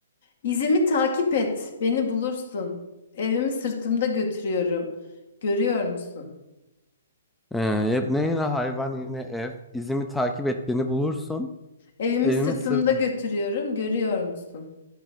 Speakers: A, on the left; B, in the centre.
A: İzimi takip et, beni bulursun. Evimi sırtımda götürüyorum. Görüyor musun?
B: Ee, yepne yine hayvan yine ev. İzimi takip et beni bulursun.
A: Evimi
B: Evimi
A: sırtımda
B: sır...
A: götürüyorum, görüyor musun?